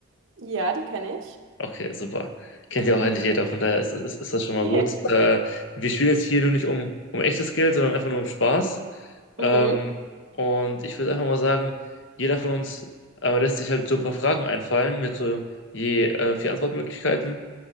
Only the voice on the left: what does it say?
Okay, super. Kennt ja auch eigentlich jeder, von daher ist, ist, ist das schon mal
gut. <laughs> Äh, wir spielen jetzt hier nur nicht um, um echtes Geld, sondern einfach nur um Spaß. Ähm,
und ich würde einfach mal sagen, jeder von uns äh, lässt sich halt so ein paar Fragen einfallen mit so je äh, vier Antwortmöglichkeiten.